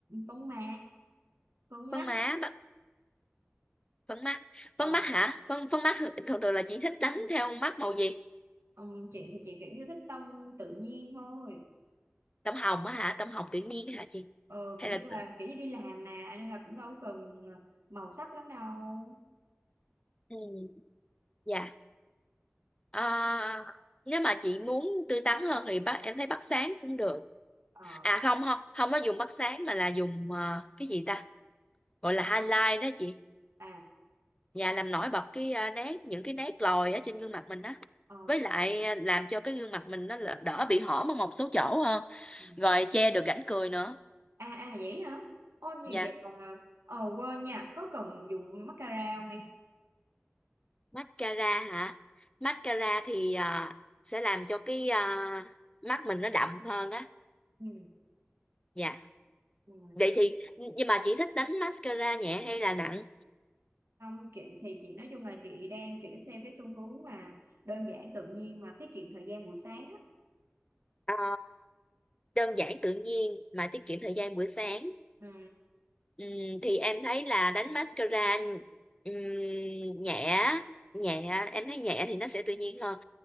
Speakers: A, on the right; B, on the left.
A: phấn má phấn
B: phấn
A: mắt
B: má ba- phấn mắt
A: Ờ,
B: phấn mắt hả phấn phấn mắt thường thường là chị thích đánh theo mắt màu gì
A: ừm, chị thì chị kiểu như thích tông tự nhiên thôi
B: tông hồng á hả tông hồng tự nhiên hả chị
A: ờ,
B: hay
A: kiểu
B: là
A: như là
B: tự-
A: kiểu như đi làm mà nên là cũng đâu cần màu sắc lắm đâu
B: ừ, dạ À, nếu mà chị muốn tươi tắn hơn thì bắt em thấy bắt sáng cũng được.
A: ờ,
B: À không không, không có dùng bắt sáng mà là dùng ờ, cái gì ta? Gọi là highlight đó chị.
A: à
B: Và làm nổi bật cái ờ, nét những cái nét lồi ở trên gương mặt mình á.
A: ờ,
B: Với lại ờ, làm cho cái gương mặt mình nó là- đỡ bị hõm ở một số chỗ hơn.
A: ừm.
B: Rồi che được rãnh cười nữa.
A: à à vậy hả ô nhiều
B: Dạ,
A: vậy còn là ờ quên nha có cần dùng mascara không em
B: mascara hả? Mascara thì ờ, sẽ làm cho cái ờ, mắt mình nó đậm hơn á.
A: ừ.
B: Dạ.
A: ừ.
B: Vậy thì nhưng mà chị thích đánh mascara nhẹ hay là nặng?
A: không kiểu thì chị nói chung là chị đang kiểu theo cái xu hướng mà đơn giản tự nhiên mà tiết kiệm thời gian buổi sáng á
B: Ờ, đơn giản tự nhiên mà tiết kiệm thời gian buổi sáng
A: ừ.
B: Ừm, thì em thấy là đánh mascara ừm, nhẹ nhẹ em thấy nhẹ thì nó sẽ tự nhiên hơn